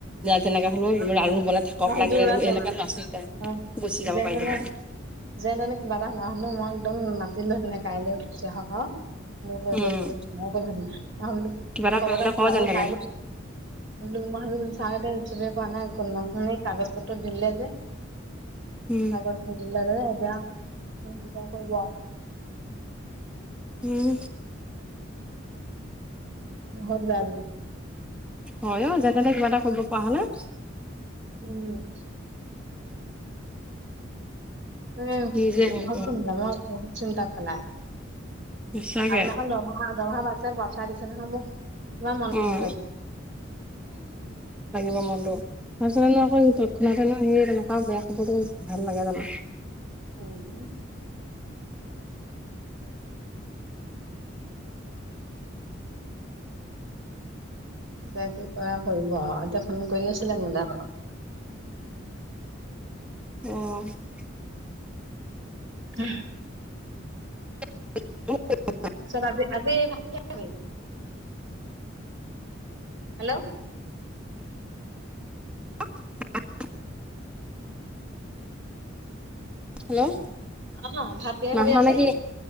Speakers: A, in the centre; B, on the right.
A: যেনেকা হ'লেও
B: মই
A: আৰু বনাই থাকক
B: ভাবিছো
A: লাগিলে
B: এইয়া যেন
A: এনেককা ল'ৰা ছোৱালী কেইটা লৈ
B: অ',
A: গুচি যাব
B: যেন
A: পাৰিহে
B: তেনে যেন তেনে কিবা এটা হোৱা হেলো মই একদম মাতি দিলোঁ হেঁতেন কাইলৈ গুচি আহক মোৰ <inaudible> লজজো
A: উম
B: ভাবি নাই আহ
A: কিবা এটা
B: কব
A: কৰিবলৈ
B: খো
A: ক
B: আপুনি
A: যেন তেনে
B: কাই আোক <inaudible> ম চা িে কৰা নাই নশুনে কাগজ পত্ৰ দিলে যে
A: উম
B: কাগজ ফালিলে যে এতিয়া তিতা কৰিবা।
A: উম!
B: বহুত বেয়া লাগে।
A: হয় অ যেন তেনে কিবা এটা কৰিব পৰা হ'লে।
B: উম! ত ভৰত
A: কি যে হব
B: <inaudible> চন্তা মই ভ চিন্তা পেলাই।
A: সঁচাকে
B: আগদিনাখন দৰমহা দৰমহা পাইছে বচাই দিছে নহয় মোক। মাৰ মন ভ
A: উম
B: লাগি <inaudible>
A: মনতো তাৰপিছতেনো আকৌ তৎক্ষণাতেনো সেই তেনেকুৱা বেয়া খবৰটো। ভাল লাগে জানো।
B: উম! এতিয়া কি কৰে কৰিব আৰু এতিয়া ফোন কৰি আছিলে মোলে অলপ আগত,
A: অ
B: উ
A: <inaudible>
B: তাৰপিছত আজি আজি ভাত কিহে খালি? হেল্ল'
A: <inaudible> হেল্ল'
B: অ ভাত কিহে
A: নাই
B: খাবি
A: শুনা
B: আজি
A: নেকি?